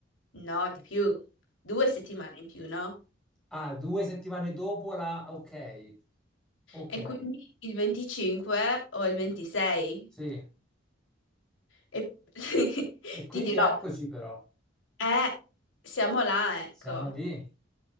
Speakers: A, on the left (about 85°); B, in the centre.
A: No, di più. Due settimane in più, no?
B: Ah, due settimane dopo la, ok, ok,
A: E quindi il 25 o il 26.
B: sì.
A: E <laughs>
B: E quindi
A: ti dirò,
B: eccoci però,
A: eh, siamo là, ecco.
B: siamo lì.